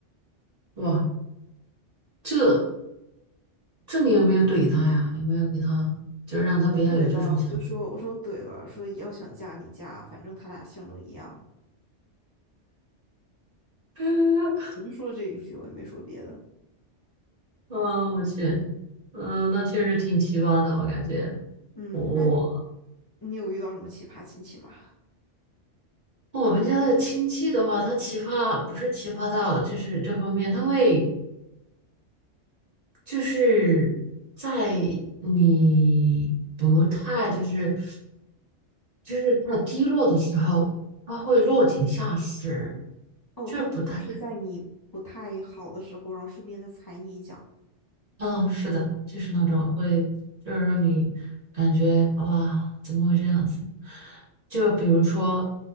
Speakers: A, on the right; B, on the left.
A: 哇，这这你有没有怼他呀？有没有给他就是让他不要有这种想法？
B: 我怼了，我就说我说怼了，说要想嫁你嫁，反正他俩姓都一样，
A: <laughs>
B: 我就说了这一句，我也没说别的。
A: 啊，我去，嗯，那确实挺奇葩的，我感觉。
B: 嗯，
A: 我
B: 那你你有遇到什么奇葩亲戚吗？
A: 我们家的亲戚的话，他奇葩不是奇葩到就是这方面，他会。就是在你不太就是就是太低落的时候，他会落井下石，
B: 哦，
A: 就是不太。
B: 他会就是在你不太好的时候，然后顺便再踩你一脚。
A: 嗯，是的，就是那种会，就是让你感觉哇，怎么会这样子？就比如说，